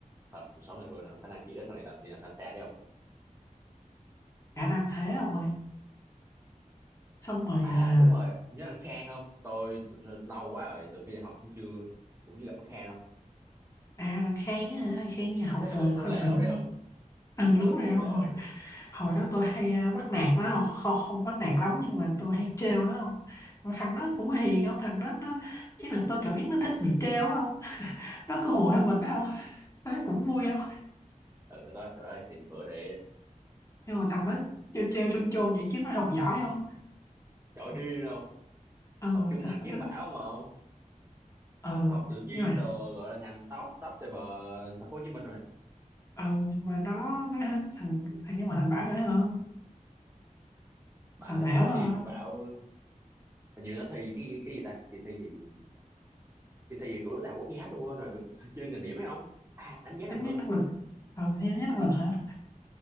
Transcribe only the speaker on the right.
thật sáu này hư nào khả năng chị đó sau này làm đi làm lái xe đấy không
à
đúng rồi nhớ anh Khang không tôi lâu quá rồi từ khi đi học cũng chưa cũng chưa gặp anh Khang không
thế <laughs>
ừ, nô
lệ
không
đấy không
ừ,
nô
lệ
không đấy
ừ đó trời ơi thì bữa để
giỏi điên không
học chung
ngành
với em
Bảo mà không
học tự nhiên
đồ gọi là ngành top top server thành phố Hồ Chí Minh rồi
Bảo
phải
quá
điên rồi Bảo hình như nó thi cái cái gì ta thì thi gì thì thi gì của đại học quốc gia tôi quên rồi được chơi ngành điểm đấy không à đánh giá năng
lực